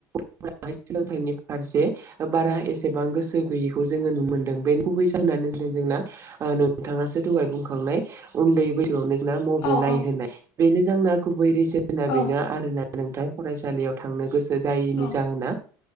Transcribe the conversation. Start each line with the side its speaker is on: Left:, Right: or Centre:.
Right: <unintelligible> सोलोंथाइनि फारसे ओ बारा एसेबां गोसो गैयैखौ जोङो नुनो मोन्दों बे गुबै जाहोननानो जादों जोंना ओ नोंथाङासो दहाय बुंखांनाय उन्दै बैसो मबाइल
Left: औ
Right: नायहोनाय बेनो जोंना गुबै रिजोना
Left: औ
Right: बेनो आरोना नोंथां फरायसालियाव थांनो गोसो जायैनि
Left: औ
Right: जाहोना